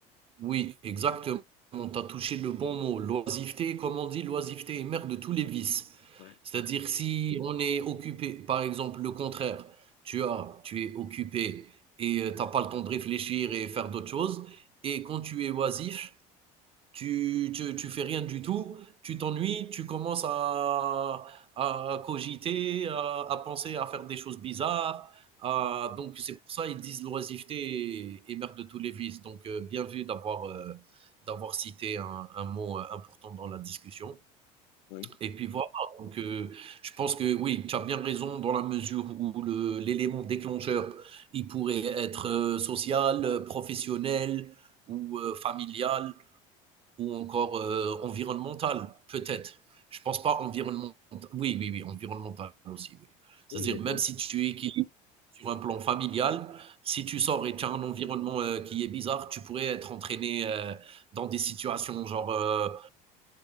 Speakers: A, on the right; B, on the left.
A: Oui, exactement. Tu as touché le bon mot. L'oisiveté, comme on dit, l'oisiveté est mère de tous les vices.
B: Ouais.
A: C'est-à-dire si on est occupé, par exemple, le contraire, tu as, tu es occupé et tu n'as pas le temps de réfléchir et faire d'autres choses. Et quand tu es oisif, tu, tu, tu fais rien du tout, tu t'ennuies, tu commences à, à cogiter, à, à penser à faire des choses bizarres. à-
B: Ouais.
A: donc c'est pour ça ils disent l'oisiveté est, est mère de tous les vices. Donc euh, bien vu d'avoir euh, d'avoir cité un, un mot euh, important dans la discussion.
B: Oui.
A: Et puis voilà, donc euh, je pense que oui, tu as bien raison dans la mesure où le, l'élément déclencheur, il pourrait être euh, social, euh, professionnel ou euh, familial ou encore euh, environnemental, peut-être. Je pense pas environnemental. Oui, oui, oui, environnemental aussi, oui. C'est-à-dire,
B: Oui, les
A: même
B: cons-
A: si tu équilibres sur un plan familial, si tu sors et tu as un environnement euh, qui est bizarre, tu pourrais être entraîné euh, dans des situations genre, euh,